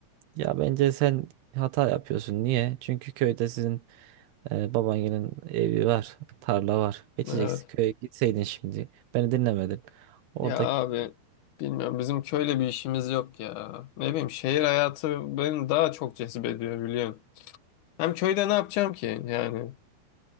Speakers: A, on the right (about 85°); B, on the left (about 65°).
A: ya bence sen hata yapıyorsun. Niye? Çünkü köyde sizin e, babaannenin evi var, tarla var. Geçeceksin
B: Evet.
A: köye gitseydin şimdi. Beni dinlemedin. Orada
B: Ya abi bilmiyorum bizim köyle bir işimiz yok ya. Ne bileyim şehir hayatı beni daha çok cezbediyor biliyorsun. Hem köyde ne yapacağım ki yani?